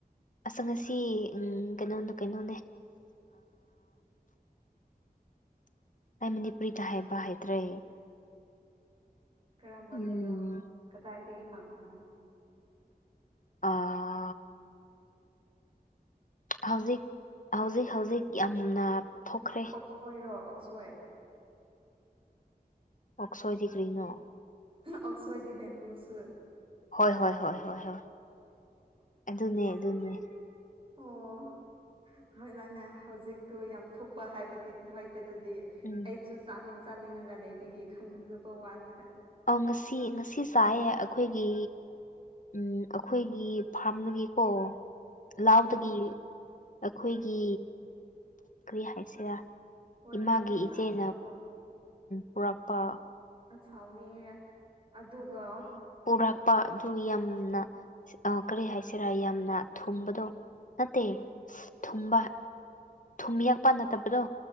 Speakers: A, on the left (about 55°); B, on the right (about 35°).
A: ꯑꯁ ꯉꯁꯤ ꯀꯩꯅꯣꯗ ꯀꯩꯅꯣꯅꯦ ꯑꯩ ꯃꯅꯤꯄꯨꯔꯤꯗ ꯍꯥꯏꯕ ꯍꯥꯏꯇ꯭ꯔꯦ
B: ꯀꯔꯝꯕꯅꯅꯣ
A: ꯎꯝ
B: ꯀꯗꯥꯏꯗꯒꯤ ꯐꯪꯕꯅꯣ
A: ꯑ ꯍꯧꯖꯤꯛ ꯍꯧꯖꯤꯛ ꯍꯧꯖꯤꯛ ꯌꯥꯝꯅ ꯊꯣꯛꯈ꯭ꯔꯦ
B: ꯑꯣꯛꯁꯣꯏꯔꯣ ꯑꯣꯛꯁꯣꯏ
A: ꯑꯣꯛꯁꯣꯏꯗꯤ ꯀꯔꯤꯅꯣ
B: ꯑꯧꯁꯣꯢꯗꯤ ꯕꯦꯝꯕꯨꯁꯨꯠ
A: ꯍꯣꯏ ꯍꯣꯏ ꯍꯣꯏ ꯍꯣꯏ ꯍꯣꯏ ꯑꯗꯨꯅꯦ
B: ꯌꯥꯝ
A: ꯑꯗꯨꯅꯦ
B: ꯅꯣꯛꯅꯤꯡꯉꯦ ꯑꯣ ꯍꯣꯏ ꯅꯪꯅꯦ ꯍꯧꯖꯤꯛꯇꯣ ꯌꯥꯝ ꯊꯣꯛꯄ ꯍꯥꯏꯕꯗꯤ ꯍꯥꯏꯕꯗꯨꯗꯤ
A: ꯎꯝ
B: ꯑꯩꯁꯨ ꯆꯥꯅꯤꯡ ꯆꯥꯅꯤꯡꯉꯒ ꯂꯩꯕꯒꯤ ꯈꯪꯖꯕ ꯋꯥꯅꯤꯗ
A: ꯑꯧ ꯉꯁꯤ ꯉꯁꯤ ꯆꯥꯏꯑꯦ ꯑꯩꯈꯣꯏꯒꯤ ꯎꯝ ꯑꯩꯈꯣꯏꯒꯤ ꯐꯥꯔꯝꯗꯨꯒꯤꯀꯣ
B: ꯎꯝ
A: ꯂꯥꯎꯗꯒꯤ ꯑꯩꯈꯣꯏꯒꯤ ꯀ꯭ꯔꯤ ꯍꯥꯏꯁꯤꯔꯥ
B: ꯍꯣꯏ
A: ꯏꯃꯥꯒꯤ
B: ꯂꯧꯗꯒꯤ
A: ꯏꯆꯦꯅ
B: ꯂꯥꯛ ꯂꯧꯕ
A: ꯄꯨꯔꯛꯄ
B: ꯑ ꯍꯥꯎꯅꯤꯍꯦ ꯑꯗꯨꯒ
A: ꯄꯨꯔꯛꯥꯛꯄ ꯑꯗꯨ ꯌꯥꯝꯅ ꯀꯔꯤ ꯍꯥꯏꯁꯤꯔꯥ ꯌꯥꯝꯅ ꯊꯨꯝꯕꯗꯣ ꯅꯠꯇꯦ
B: ꯎꯝ
A: ꯑ ꯊꯨꯝꯕ ꯊꯨꯝ ꯌꯥꯛꯄ ꯅꯠꯇꯕꯗꯣ